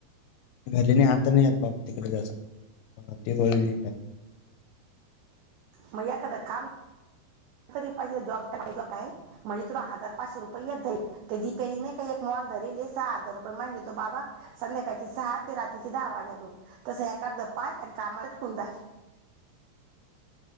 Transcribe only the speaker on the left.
घरी नाय आता नाय आ बाबा तिकड जास्त ती वळली नाय.